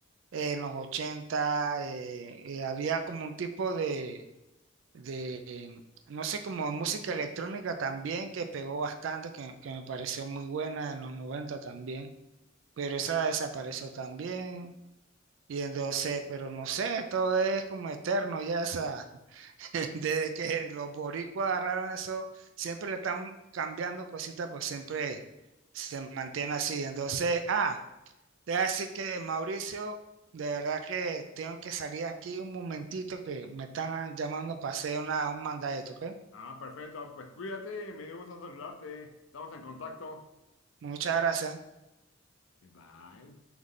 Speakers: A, on the right (about 70°); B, on the left (about 80°).
A: eh, en los 80 eh, eh, había como un tipo de, de, em, no sé, como música electrónica también que pegó bastante, que, que me pareció muy buena en los 90 también, pero esa desapareció también. Y entonces, pero no sé, todo es como eterno ya esa, <laughs> desde que los boricuas agarraron eso, siempre le están cambiando cositas, pues siempre se mantiene así. Entonces, ah. Debe decir que Mauricio, de verdad que tengo que salir aquí un momentito que me están llamando para hacer una, un mandadito, ¿ok?
B: Ah, perfecto. Pues cuídate, me dio gusto saludarte. Estamos en contacto.
A: Muchas gracias.
B: Bye.